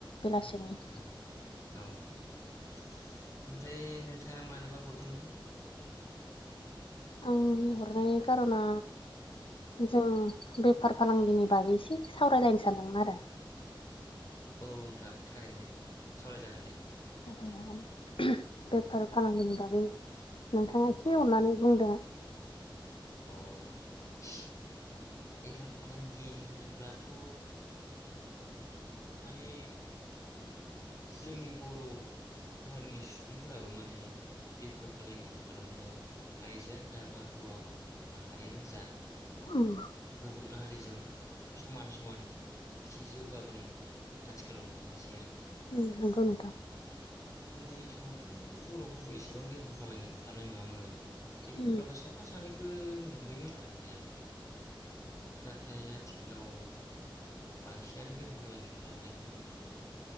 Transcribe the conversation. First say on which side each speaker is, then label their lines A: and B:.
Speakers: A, on the left; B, on the left.
A: बेलासिनि
B: औ औ, ओमफ्राय नोंथाङा मानोबा हरदोंमोन?
A: आं हरनाय खारना जों बेफार फालांगिनि बागै एसे सावरायलायनो सानदोंमोन आरो।
B: औ नोंथां थारैनो सावरायजागोन दे
A: सावरायजागोन बेफार फालांगिनि बागै नोंथाङा एसे
B: औ
A: अननानै बुंदो
B: अह बेफार फालांगि होनोब्लाथ माने जोंनि बर हारिनि सुबुंफोराबो माने बेफार फालांगि खालामनायाव आइजोआनो जा बा हौवा माहारियानो जा
A: उम
B: गुबुन हारिजों समान समान एसे जौगाबोनाय उम आथिखालाव नुनो मोनसै आरो।
A: उ नोंगौनोथ
B: गोदोनि समावथ बरफोरखौ एसेबां बेफार फालांगि खालामनाय नुवामोन ए
A: उम
B: अब्लाबो साफा सानै बेखो नुबायमोन आरो नुनायालाय नाथाय आथिखालाव बांसिनानो बेफार फालांगि खालामनायखौ नुनो मोनो